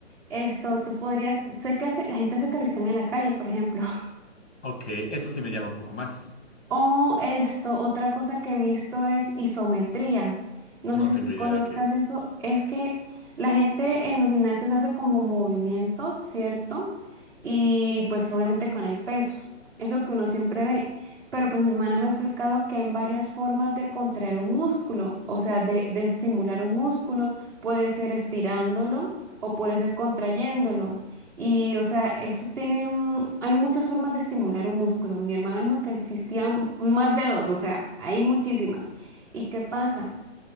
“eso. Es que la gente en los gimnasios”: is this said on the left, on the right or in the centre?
Centre